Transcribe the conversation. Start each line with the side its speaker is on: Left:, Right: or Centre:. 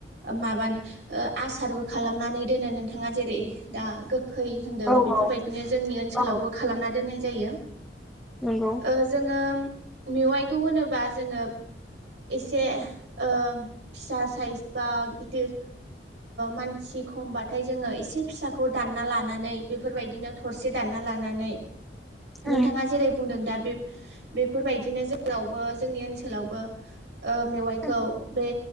Right: माबानो ओ आसारबो खालामनानै दोनो नोंथाङा जेरै दा गो खै होन्दों
Centre: औ
Right: बेफोरबायदिनो
Centre: औ
Right: जोंनि ओनसोलावबो
Centre: औ
Right: खालामना दोननाय जायो।
Centre: नंगौ
Right: ओ जोङो मेवाइखौ होनोबा जोङो एसे फिसा साइज बा गिदिर मानसि खमबाथाय जोङो एसे फिसाखौ दानना लानानै बेफोरबायदिनो थरसे दानना लानानै नोंथाङा
Centre: उम
Right: जेरै बुंदों दा बेफ बेफोरबायायदि बिदिनो जोंनावबो जोंनि ओनसोलावबो ओ मेवाइखौ
Centre: उम
Right: बे